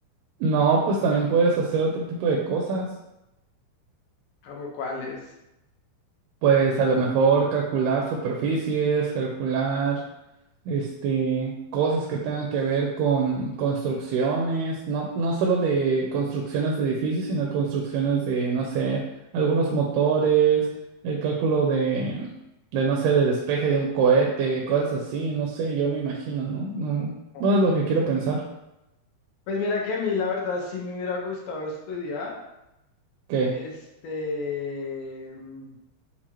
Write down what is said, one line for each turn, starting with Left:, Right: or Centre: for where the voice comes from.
Right: No, pues también puedes hacer otro tipo de cosas.
Left: <laughs> como cuáles.
Right: Pues a lo mejor calcular superficies, calcular este, cosas que tengan que ver con construcciones, no, no solo de construcciones de edificios, sino construcciones de, no sé, algunos motores, el cálculo de, de, no sé, de despeje de un cohete, cosas así, no sé, yo me imagino, ¿no? No,
Left: Oh,
Right: bueno, es lo que quiero pensar,
Left: Pues mira que a mí la verdad sí me hubiera gustado estudiar,
Right: que,
Left: este, mm,